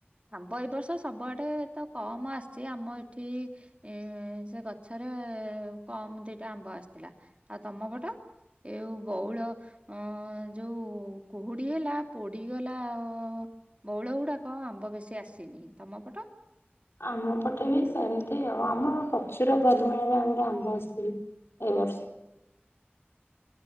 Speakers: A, on the right; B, on the left.
A: ଆମ୍ବ ଏଇ ବର୍ଷ ସବୁଆଡେ ତ କମ ଆସିଛି ଆମ ଏଠି ଏ ସେ ଗଛରେ କମ ଦିଟା ଆମ୍ବ ଆସିଥିଲା ଆଉ ତମ ପଟ ଏଉ ବଉଳ ଅ ଯୋଉ କୁହୁଡି ହେଲା ପୋଡିଗଲା ଓ ବଉଳ ଗୁଡାକ ଆମ୍ବ ବେଶୀ ଆସିନି ତମ ପଟ
B: ଆମପଟେ ବି ସେମିତି ଆଉ ଆମ ପ୍ରଚୁର ପରିମାଣ ରେ ଆମର ଆମ୍ବ ଆସିଥିଲା। ଏଇ ବର୍ଷ।